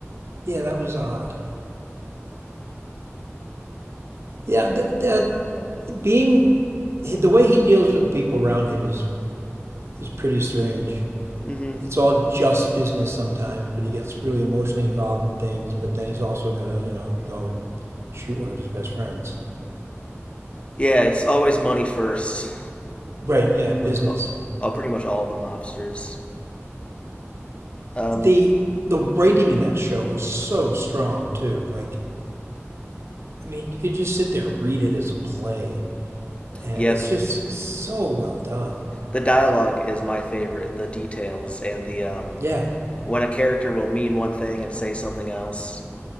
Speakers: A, on the right (about 65°); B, on the left (about 25°).
A: Yeah, that was odd. Yeah, th- that being the way he deals with people around him is is pretty strange.
B: Mm-hmm.
A: It's all just business sometimes, but he gets really emotionally involved in things. But then he's also gonna, you know, go and shoot one of his best friends.
B: Yeah, it's always money first
A: Right? Yeah, business.
B: with all, all, pretty much all the mobsters. Um,
A: The the writing in that show was so strong too. Like, I mean, you could just sit there and read it as a play, and
B: yep,
A: it's just so well done.
B: the dialogue
A: It's,
B: is my favorite. The details and the um,
A: yeah.
B: when a character will mean one thing and say something else.